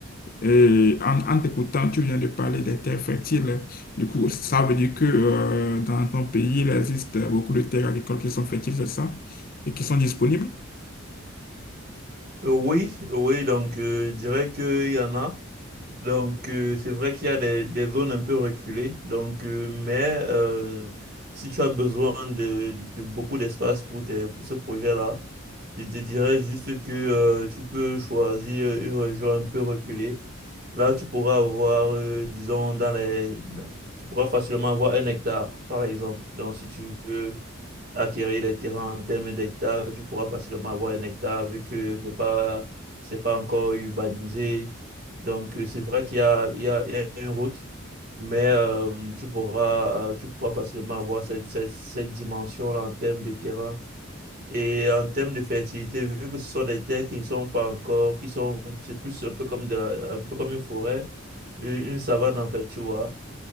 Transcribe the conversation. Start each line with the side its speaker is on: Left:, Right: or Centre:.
Left: Et en, en t'écoutant, tu viens de parler des terres fertiles. Du coup, ça veut dire que euh, dans ton pays, il existe beaucoup de terres agricoles qui sont fertiles, c'est ça? Et qui sont disponibles?
Right: Euh, oui, oui, donc euh, je dirais qu'il y en a. Donc, euh, c'est vrai qu'il y a des, des zones un peu reculées. Donc, euh, mais euh, si tu as besoin de, de beaucoup d'espace pour, tes- pour ce projet-là, je te dirais juste que euh, tu peux choisir euh, une région un peu reculée. Là, tu pourras avoir, euh, disons, dans les, tu pourras facilement avoir un hectare, par exemple. Donc, si tu veux acquérir les terrains en termes d'hectares, tu pourras facilement avoir un hectare vu que c'est pas, c'est pas encore urbanisé. Donc, euh, c'est vrai qu'il y a, il y a, il y a une route, mais euh, tu pourras, euh, tu pourras facilement avoir cette, cette, cette dimension-là en termes de terrain. Et en termes de fertilité, vu que ce sont des terres qui ne sont pas encore, qui sont, c'est plus un peu comme de la- un peu comme une forêt, une une savane en fait, tu vois.